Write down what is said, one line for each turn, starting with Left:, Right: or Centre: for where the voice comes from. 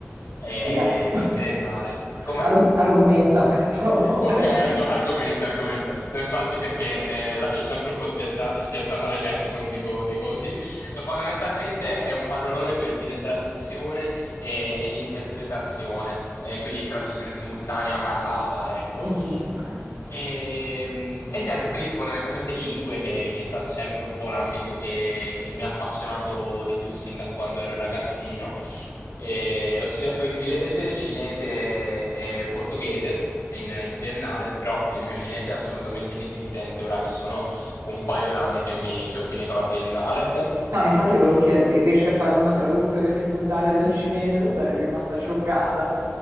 Left: eh,
Right: Spiega, <laughs>
Left: in triennale. Come?
Right: Ar- argomenta per favore.
Left: Ok, argo-
Right: <laughs>
Left: argomento, argomento. No, infatti perché eh, lascio sempre un po' spiazza- spiazzata la gente quando dico, dico così. Eh, Fondamentalmente è un parolone per dire traduzione e- ed interpretazione, eh, quindi traduzione simultanea parlata, ecco.
Right: Mhm, ok.
Left: E, mm, e niente, quindi fondamentalmente lingue, che, che è stato sempre un po' l'ambito che, che mi ha appassionato di più sin da quando ero ragazzino. E ho studiato inglese, cinese e portoghese in, in triennale, però il mio cinese è assolutamente inesistente ora che sono un paio d'anni che mi- che ho finito la triennale. <laughs>
Right: No, infatti volevo chiederti, riesci a fare una traduzione simultanea del cinese? Sarei rimasta scioccata.